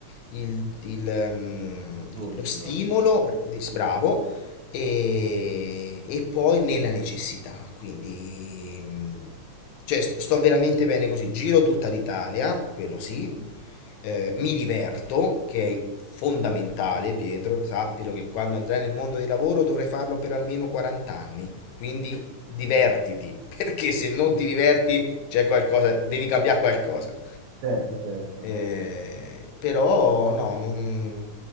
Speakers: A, on the left; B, on the right.
A: il- il, ehm,
B: Bisogna
A: lo stimolo,
B: proprio.
A: br- di- bravo, e, e poi nella necessità. Quindi, mm, cioè, st- sto veramente bene così. Giro tutta l'Italia, quello sì,
B: Mhm.
A: eh, mi diverto, che è fondamentale,
B: Ok.
A: Pietro, sappilo che quando andrai nel mondo del lavoro dovrai farlo per almeno 40 anni. Quindi divertiti, <laughs> perché se non
B: <laughs>
A: ti diverti c'è qualcosa, devi cambiare qualcosa.
B: Certo, certo.
A: Eh, però no, non-